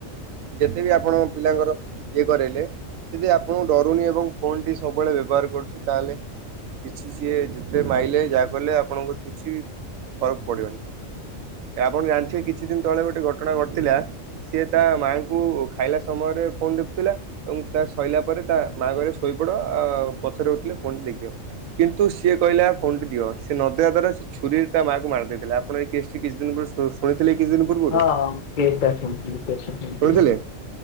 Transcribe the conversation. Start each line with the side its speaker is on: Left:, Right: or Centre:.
Right: ଯେତେ ବି ଆପଣଙ୍କ ପିଲାଙ୍କର ଇଏ କରାଇଲେ ସେ ଯଦି ଆପଣଙ୍କୁ ଡରୁନି ଏବଂ ଫୋନଟି ସବୁବେଳେ ବ୍ୟବହାର କରୁଛି। ତାହେଲେ କିଛି ଯିଏ ଯେତେ ମାଇଲେ ଯାହା କଲେ ଆପଣଙ୍କର କିଛି ବି ଫରକ ପଡ଼ିବନି। ଆପଣ ଜାଣିଥିବେ କିଛି ଦିନ ତଳେ ଗୋଟେ ଘଟଣା ଘଟିଥିଲା ସିଏ ତା ମାଆଙ୍କୁ ଖାଇଲା ସମୟରେ ଫୋନ୍ ଦେଖୁଥିଲା ଏବଂ ତା ସଇଲା ପରେ ତା ମା କହିଲେ ଶୋଇପଡ ଆ ପଛରେ ଉଠିଲେ ଫୋନଟା ଦେଖିବ। କିନ୍ତୁ ସିଏ କହିଲା ଫୋନଟି ଦିଅ ସେ ନଦେବା ଦ୍ୱାରା ଛୁରୀ ତା ମାଆକୁ ମାରି ଦେଇଥିଲା। ଆପଣ ଏଇ କେସଟି କିଛି ଦିନ ପରେ କହିଥିଲେ କିଛି ପୂର୍ବରୁ
Left: ହଁ ହଁ ମୁଁ କେସଟା ଶୁଣିଥିଲି କେସଟା ଶୁଣିଥିଲି
Right: ଶୁଣିଥିଲେ